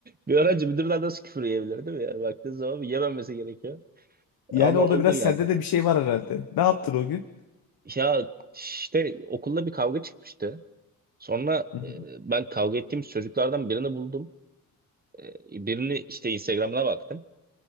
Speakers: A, on the right; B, on the left.
A: bir öğrenci müdürler nasıl küfür yiyebilir değil mi? Yani baktığın zaman yememesi gerekiyor.
B: Yani
A: Ama
B: orada
A: oldu
B: biraz
A: yani.
B: sende de bir şey var herhalde. Ne yaptın o gün?
A: Ya işte okulda bir kavga çıkmıştı. Sonra
B: Hı hı,
A: e, ben kavga ettiğim çocuklardan birini buldum. E, birini işte Instagram'ına baktım.